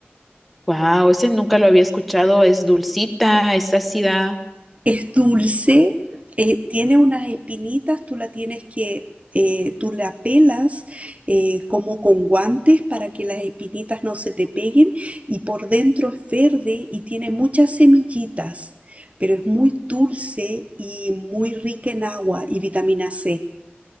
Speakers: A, in the centre; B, on the right (about 35°).
A: Wow, ese nunca lo había escuchado. Es dulcita, es ácida.
B: Es dulce, eh, tiene unas espinitas, tú la tienes que, eh, tú la pelas eh, como con guantes para que las espinitas no se te peguen y por dentro es verde y tiene muchas semillitas, pero es muy dulce y muy rica en agua y vitamina C.